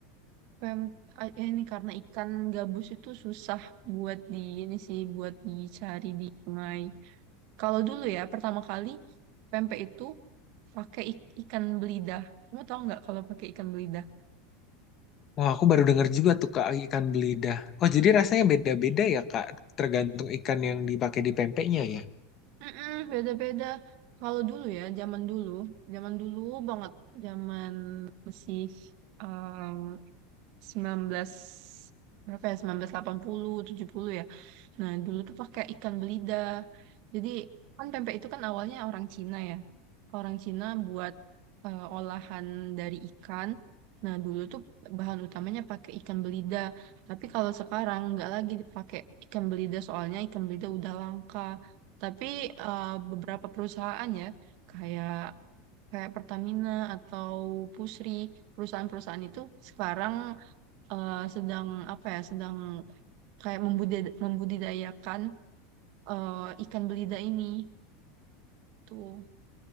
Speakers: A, on the right; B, on the left.
A: Pem a- ini karena ikan gabus itu susah buat di ini sih buat dicari di sungai. Kalau dulu ya pertama kali pempek itu pakai ik- ikan belidah. Kamu tahu nggak kalau pakai ikan belidah?
B: Wah, aku baru denger juga tuh Kak ikan belida. Oh, jadi rasanya beda-beda ya Kak, tergantung ikan yang dipakai di pempeknya ya.
A: Mm-mm, beda-beda. Kalau dulu ya zaman dulu, zaman dulu banget, zaman masih um, 19 berapa ya sembilan belas delapan puluh tujuh puluh ya. Nah, dulu tuh pakai ikan belida. Jadi kan pempek itu kan awalnya orang Cina ya. Orang Cina buat eh, olahan dari ikan. Nah, dulu tuh bahan utamanya pakai ikan belida. Tapi kalau sekarang nggak lagi dipakai ikan belida soalnya ikan belida udah langka. Tapi eh, beberapa perusahaan ya kayak kayak Pertamina atau Pusri, perusahaan-perusahaan itu sekarang eh, sedang apa ya, sedang kayak membudid- membudidayakan eh, ikan belida ini tuh.